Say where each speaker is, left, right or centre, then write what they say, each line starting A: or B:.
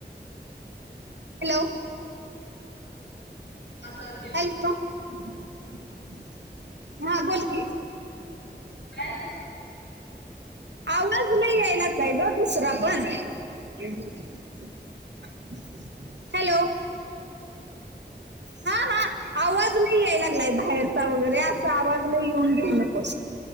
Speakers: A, on the right (about 85°); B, on the left (about 80°).
A: हॅलो.
B: असा ते
A: <unintelligible> हा बोलकी
B: काय <unintelligible>
A: आवाज लई याय लागलाय ग दुसरा पण <unintelligible> हॅलो हा हा आवाज नाही याय ला लागलाय बाहेरचा वगैरे असा आवाज ल येऊन घेनं पण..